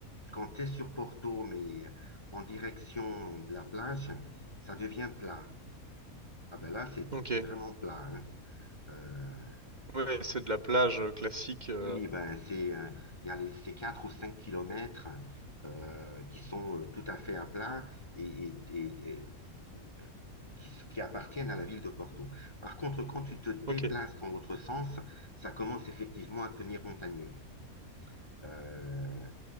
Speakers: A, on the left; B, on the right.
A: Quand tu es sur Porto, mais en direction de la plage, ça devient plat. Ah ben là, c'est,
B: Ok,
A: c'est vraiment plat, hein. Euh,
B: ouais, c'est de la plage euh, classique. euh,
A: oui, ben c'est, euh, il y a les, ces 4 ou 5 kilomètres euh, qui sont euh, tout à fait à plat et, et- et- et qui, qui appartiennent à la ville de Porto. Par contre, quand tu te déplaces
B: Ok,
A: dans l'autre sens, ça commence effectivement à devenir montagneux. Euh,